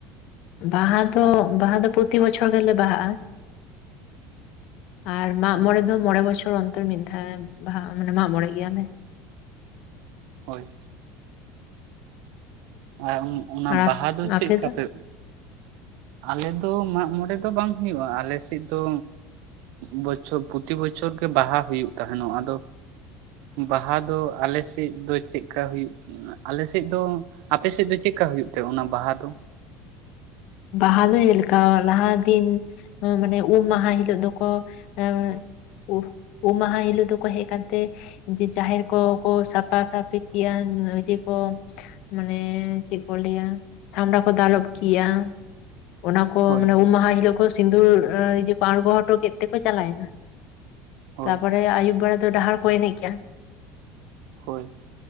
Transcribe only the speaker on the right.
ᱦᱚᱸ
ᱦᱳᱭ ᱾ ᱟᱨ ᱚᱱᱟ
ᱵᱟᱦᱟ ᱫᱚ ᱪᱮᱫ
ᱠᱟᱯᱮ ᱟᱞᱮ ᱫᱚ ᱢᱟᱜ ᱢᱚᱬᱮ ᱫᱚ ᱵᱟᱝ ᱦᱩᱭᱩᱜᱼᱟ ᱟᱞᱮ ᱥᱮᱫ ᱫᱚ᱾ ᱵᱚᱪᱷᱚᱨ ᱯᱨᱚᱛᱤ ᱵᱚᱪᱷᱚᱨ ᱜᱮ ᱵᱟᱦᱟ ᱦᱩᱭᱩᱜ ᱛᱟᱦᱮᱱᱚᱜ, ᱟᱫᱚ ᱵᱟᱦᱟ ᱫᱚ ᱟᱞᱮ ᱥᱮᱫ ᱫᱚ ᱪᱮᱫᱠᱟᱹ ᱦᱩᱭᱩᱜ ᱟᱞᱮ ᱥᱮᱫ ᱫᱚ ᱟᱯᱮ ᱥᱮᱫ ᱫᱚ ᱪᱮᱫᱠᱟᱹ ᱦᱩᱭᱩᱜ ᱛᱮ ᱚᱱᱟ ᱵᱟᱦᱟ ᱫᱚ?
ᱦᱳᱭ
ᱦᱳᱭ
ᱦᱳᱭ ᱾